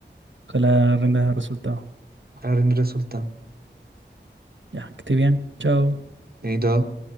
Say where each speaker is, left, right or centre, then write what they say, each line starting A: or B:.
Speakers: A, on the right (about 85°); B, on the right (about 55°).
A: ojalá rinda resultado.
B: Ojalá rinde resultado.
A: Ya, que esté bien, chao.
B: Bien, todo?